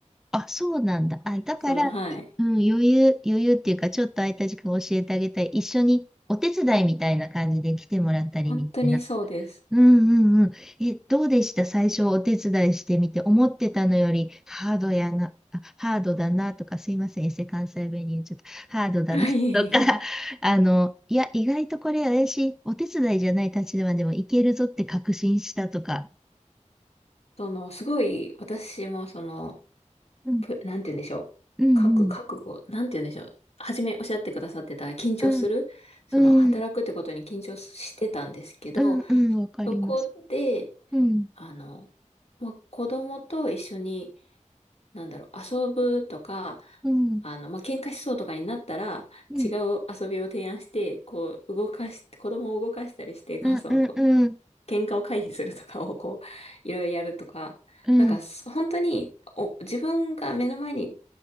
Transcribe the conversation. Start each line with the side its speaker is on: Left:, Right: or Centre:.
Centre: あ、そうなんだ。あ、だから、
Left: その、はい。
Centre: いうん、余裕、余裕っていうか、ちょっと空いた時間教えてあげたい。一緒にお手伝いみたいな感じで来てもらったりみたいな。
Left: 本当にそうです。
Centre: うんうんうん。え、どうでした最初お手伝いしてみて、思ってたのよりハードやな、あ、ハードだなとか、すいません、エセ関西弁に言っちゃった。ハードだなとか、
Left: <laughs> はい。
Centre: <laughs> あの、いや、意外とこれ怪しい、お手伝いじゃない立場でもいけるぞって確信したとか。
Left: その、すごい、私もその、
Centre: うん、
Left: ぷなんて言うんでしょう。
Centre: うん、
Left: 覚、覚悟、なんて言うんでしょう。初めおっしゃってくださってた緊張する、
Centre: うん、
Left: その、
Centre: うん、
Left: 働くってことに緊張してたんですけど、
Centre: うん、うんうん、わかります。
Left: そこで、
Centre: うん、
Left: あの、まあ、子供と一緒に、なんだろう、遊ぶとか、
Centre: うん、
Left: あの、まあ、喧嘩しそうとかになったら、
Centre: うん、
Left: 違う遊びを提案して、こう、動かし、子供を動かしたりして、
Centre: うん、
Left: <laughs> こう、その、
Centre: うん、
Left: こう、
Centre: うん、
Left: 喧嘩を回避するとかを、こう、いろいろやるとか、
Centre: うん。
Left: なんか、そ本当に、お、自分が目の前に